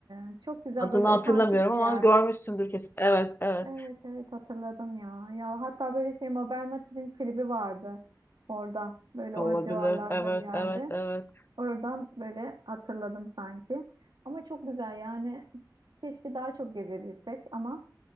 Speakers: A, on the right; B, on the left.
A: Ee, çok güzel
B: Adını
A: böyle otantik
B: hatırlamıyorum
A: bir yer.
B: ama görmüşsündür kesin. Evet, evet.
A: Evet evet hatırladım ya. Ya hatta böyle şey Mabel Matiz'in klibi vardı orada. Böyle
B: Olabilir.
A: o civarlarda
B: Evet,
A: bir yerde.
B: evet, evet.
A: Oradan böyle hatırladım sanki. Ama çok güzel yani. Keşke daha çok gezebilsek ama